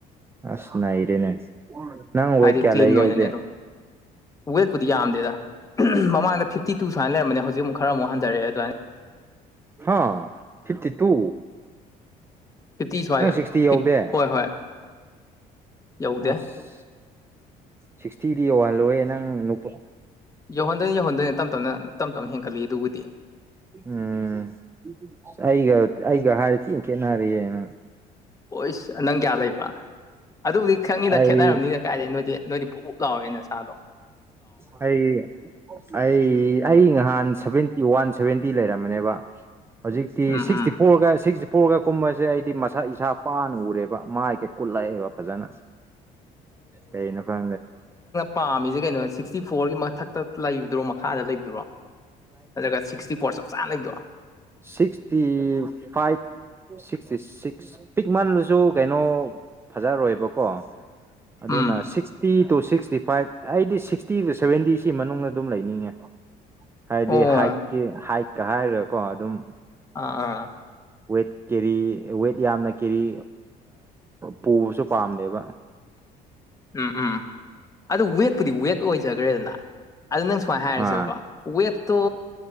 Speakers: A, on the right (about 15°); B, on the left (about 20°).
A: ꯑꯁ ꯉꯔꯦꯅꯦ ꯅꯪ ꯋꯦꯠ
B: ꯍꯥꯏꯗꯤ
A: ꯀꯌꯥ
B: ꯀ꯭ꯂꯤꯟ
A: ꯂꯩꯒꯦ
B: ꯑꯣꯏꯅꯅꯦ
A: ꯍꯧꯖꯤꯛ
B: ꯑꯗꯨꯝ ꯋꯦꯠꯄꯨꯗꯤ ꯌꯥꯝꯗꯦꯗ ꯃꯃꯥꯡꯗ ꯐꯤꯐꯇꯤ ꯇꯨ ꯁꯨꯃꯥꯏꯅ ꯂꯩꯔꯝꯕꯃꯦ ꯍꯧꯖꯤꯛꯃꯨꯛ ꯈꯔꯃꯨꯛ ꯍꯟꯊꯔꯛꯑꯦ ꯑꯗꯨꯃꯥꯏꯅ
A: ꯑ ꯐꯤꯐꯇꯤ ꯇꯨ
B: ꯐꯤꯇꯤꯁ ꯐꯗ
A: ꯅꯪ ꯁꯤꯛꯁꯇꯤ ꯌꯧꯗꯦ
B: ꯐ ꯍꯣꯏ ꯍꯣꯏ ꯌꯧꯗꯦ
A: ꯑꯁ ꯁꯤꯛꯁꯇꯤꯗꯤ ꯋꯥꯍꯜꯂꯣꯏꯦ ꯅꯪ ꯅꯄꯥ
B: ꯌꯧꯍꯟꯗꯅꯤ ꯌꯧꯍꯟꯗꯅꯤ ꯇꯞ ꯇꯞꯅ ꯇꯞ ꯇꯞꯅ ꯍꯦꯟꯒꯠꯂꯤ ꯑꯗꯨꯕꯨꯗꯤ
A: ꯑꯝ ꯑꯩꯒ ꯑꯩꯒ ꯍꯥꯇ ꯏ ꯀꯦꯅꯔꯅ
B: ꯑꯣꯁ ꯅꯪ ꯀꯌꯥ ꯂꯩꯕ ꯑꯗꯨꯕꯨꯗꯤ ꯈꯪꯉꯤꯅ
A: ꯑꯩ
B: ꯈꯦꯠꯅꯔꯕꯝꯅꯤꯅ ꯀꯥꯏꯗꯩ ꯅꯣꯏ ꯅꯣꯏꯗꯤ ꯄꯨꯛ ꯄꯨꯕꯨ ꯂꯥꯎꯋꯦ ꯅ ꯁꯥꯥꯗꯣ
A: ꯑꯩ ꯑꯩ ꯑꯩ ꯉꯍꯥꯟ ꯁꯚꯦꯟꯇꯤ ꯋꯥꯟ ꯁꯚꯦꯟꯇꯤ ꯂꯩꯔꯝꯕꯅꯦꯕ ꯍꯧꯖꯤꯛꯇꯤ
B: ꯎꯝ
A: ꯁꯤꯛꯁꯇꯤ
B: ꯎꯝ
A: ꯐꯣꯔꯒ ꯁꯤꯛꯁ ꯎ ꯄꯨꯣꯔꯒ ꯀꯨꯝꯕꯁꯦ ꯑꯩꯗꯤ ꯃꯁꯥ ꯏꯁꯥ ꯄꯥꯅ ꯎꯔꯦꯕ ꯃꯥꯏ ꯀꯩ ꯀꯨꯠꯂꯛꯑꯦꯕ ꯐꯖꯅ ꯀꯩꯅ ꯐ
B: ꯑꯃꯤꯦ ꯀꯩꯅꯣ ꯁꯤꯁ ꯁꯤꯛꯁꯇꯤ ꯐꯣꯔꯒꯤ ꯃꯊꯛꯇ ꯂꯩꯕꯗꯨꯔꯣ ꯃꯈꯥꯗ ꯂꯩꯕꯔꯣ ꯅꯠꯇ꯭ꯔꯒ ꯁꯤꯛꯁꯇꯤ ꯐꯣꯔ ꯆꯞ ꯆꯥꯅ ꯂꯩꯕꯔꯣ
A: ꯁꯤꯛꯁꯇꯤ ꯐꯥꯏꯚ ꯁꯤꯛꯁꯇ ꯁꯤꯛꯁ ꯄꯤꯛꯃꯜꯂꯁꯨ ꯀꯩꯅꯣ ꯐꯖꯔꯣꯏꯕꯀꯣ ꯑꯗꯨꯅ
B: ꯎꯝ
A: ꯁꯤꯛꯁꯇꯤ ꯇꯨ ꯁꯤꯛꯁꯇꯤ ꯐꯥꯏꯚ ꯑꯩꯗꯤꯛ ꯐꯤꯇꯤ ꯇꯨ ꯁꯚꯦꯟꯇꯤ ꯁꯤ ꯃꯅꯨꯡꯗ ꯑꯗꯨꯝ ꯂꯩꯅꯤꯡꯉꯦ ꯍꯥꯏꯗꯤ
B: ꯑꯣ
A: ꯍꯥꯏꯠ
B: ꯑꯥ
A: ꯀ ꯍꯥꯏꯛꯀ ꯍꯥꯏꯔꯒꯀꯣ ꯑꯗꯨꯝ
B: ꯑꯥ ꯑꯥ
A: ꯋꯦꯠ ꯀꯦꯔꯤ ꯋꯦꯠ ꯌꯥꯝꯅ ꯀꯦꯔꯤ ꯄꯨꯕꯁꯨ ꯄꯥꯝꯗꯦꯕ
B: ꯎꯝ ꯎꯝ ꯑꯗꯨ ꯋꯦꯠꯄꯨꯗꯤ ꯋꯦꯠ ꯑꯣꯏꯖꯈ꯭ꯔꯦꯗꯅ ꯑꯗꯨ ꯅꯪ ꯁꯨꯃꯥꯏꯅ ꯍꯥꯏꯔꯁꯦꯕꯀꯣ
A: ꯑꯥ
B: ꯋꯦꯠꯇꯣ